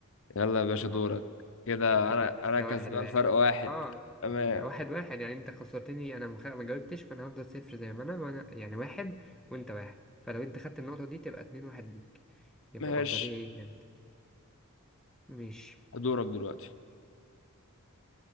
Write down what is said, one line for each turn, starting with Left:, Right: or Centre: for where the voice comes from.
Left: يلا يا باشا
Centre: اه
Left: دورك كده
Centre: وكده
Left: انا
Centre: لسه
Left: انا كسبان
Centre: واحد واحد
Left: فرق واحد
Centre: اه
Left: تمام
Centre: انت واحد واحد يعني انت خسرتني انا مخ... ما جاوبتش فانا هفضل صفر زي ما انا وانا يعني واحد وانت واحد فلو انت خدت النقطة دي تبقى اتنين واحد ليك يبقى
Left: ماشي
Centre: الافضلية ليك يعني ماشي
Left: دورك دلوقتي